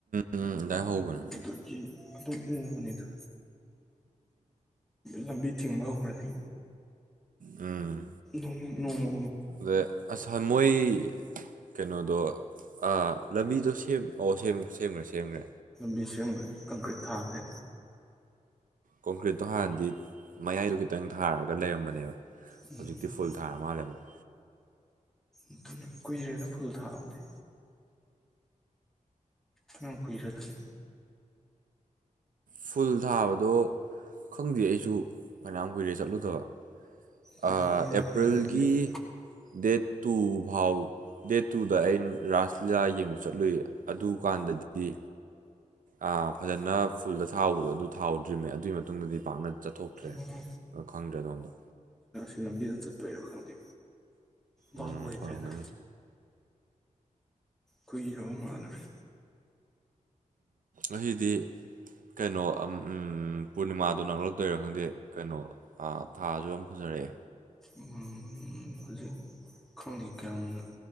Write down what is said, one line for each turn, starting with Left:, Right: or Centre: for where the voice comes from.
Right: ꯎꯝ ꯑꯗꯨꯃꯥꯏꯅ ꯍꯧꯕꯅꯦ
Centre: ꯑꯖꯤ ꯑꯗꯨꯗ ꯂꯝꯕꯤ ꯊꯤꯡꯕ ꯍꯧꯔꯅꯤ
Right: ꯑꯝ
Centre: ꯣꯡ ꯅꯣꯡꯃ
Right: ꯑꯗ ꯑꯁꯥꯟ ꯃꯣꯏ ꯀꯩꯅꯣꯗꯣ ꯑ ꯂꯝꯕꯤꯗꯣ ꯁꯦꯝ ꯑꯣ ꯁꯦꯝ ꯁꯦꯝꯈ꯭ꯔꯦ ꯁꯦꯝꯈ꯭ꯔꯦ
Centre: ꯕꯤꯁꯨ ꯈꯪꯈ꯭ꯗ ꯊꯥꯕ꯭ꯔꯦ
Right: ꯀꯣꯡꯀ꯭ꯔꯤꯠꯇꯣ ꯍꯥꯟꯅꯗꯤ ꯃꯌꯥꯏꯗꯣ ꯈꯤꯇꯪ ꯊꯥꯔꯒ ꯂꯩꯔꯝꯕꯅꯦꯕ
Centre: ꯎꯝ
Right: ꯍꯧꯖꯤꯛꯇꯤ ꯐꯨꯜ ꯊꯥ ꯃꯥꯜꯂꯦ ꯑꯃꯨꯛ
Centre: ꯑꯗꯨꯅ ꯀꯨꯏꯔꯦꯅ ꯐꯨꯜ ꯊꯥꯕꯗꯤ ꯑ ꯐꯏꯔ ꯊꯝ
Right: ꯐꯨꯜ ꯊꯥꯕꯗꯣ ꯈꯪꯗꯦ ꯑꯩꯁꯨ ꯐꯅꯌꯥꯝ ꯀꯨꯏꯔꯦ ꯆꯠꯂꯨꯗꯕ
Centre: ꯆꯍꯤ
Right: ꯑꯦꯄ꯭ꯔꯤꯜꯒꯤ
Centre: ꯑꯃ ꯍꯦꯜꯂꯝꯃꯅꯤꯗ
Right: ꯗꯦꯠ ꯇꯨ ꯐꯥꯎ ꯗꯦꯠ ꯇꯨꯗ ꯑꯩꯅ ꯔꯥꯁ ꯂꯤꯂꯥ ꯌꯦꯡꯕ ꯆꯠꯂꯨꯏ ꯑꯗꯨꯀꯥꯟꯗꯗꯤ ꯑ ꯐꯖꯅ ꯐꯨꯜꯗ ꯊꯥꯎꯕꯗꯣ ꯑꯗꯨ ꯊꯥꯎꯗ꯭ꯔꯤꯝꯃꯦ ꯑꯗꯨꯒꯤ ꯃꯇꯨꯡꯗꯗꯤ ꯄꯥꯛꯅ ꯆꯠꯊꯣꯛꯇ꯭ꯔꯦ
Centre: ꯑꯣ
Right: ꯈꯪꯗ꯭ꯔꯦ ꯑꯗꯣꯝꯗ
Centre: ꯐ ꯂꯝꯕꯤꯗꯇꯠꯇꯣꯏꯔꯣ ꯈꯪꯗꯦ ꯚꯥꯞ
Right: ꯎꯝ
Centre: ꯑꯣꯏꯇꯥꯦꯗ
Right: ꯑꯣꯏꯔꯝꯒꯅꯤ
Centre: ꯀꯨꯏꯔ ꯃꯥꯥꯟꯂꯨꯔꯦ
Right: ꯑꯩꯗꯤ ꯀꯩꯅꯣ ꯄꯨꯔꯅꯤꯃꯥꯗꯣ ꯅꯛꯂꯛꯇꯣꯏꯔꯥ ꯈꯪꯗꯦ ꯀꯩꯅꯣ ꯊꯥꯁꯨ ꯌꯥꯝ ꯐꯖꯅ ꯇꯦ
Centre: ꯎꯝ ꯍꯧꯖꯤꯛ ꯈꯪꯗꯦ ꯀꯌꯥꯝꯅ